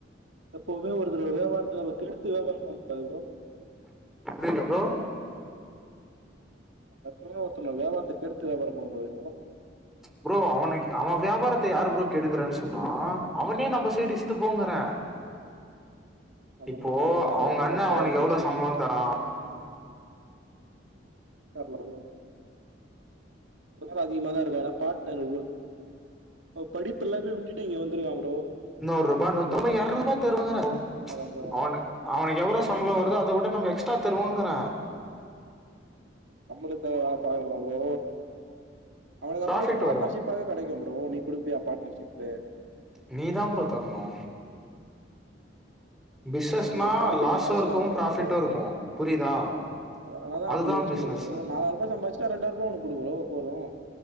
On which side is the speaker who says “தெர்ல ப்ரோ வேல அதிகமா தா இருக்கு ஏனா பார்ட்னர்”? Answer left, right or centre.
Right